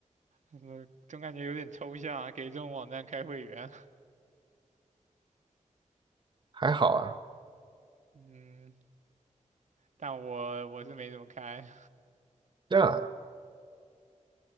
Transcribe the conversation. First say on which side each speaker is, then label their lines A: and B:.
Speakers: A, on the right; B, on the right.
A: 嗯总感觉有点抽象啊，给这种网站开会员。
B: 还好啊，
A: <laughs> 嗯，但我我是没怎么开。
B: 这样啊，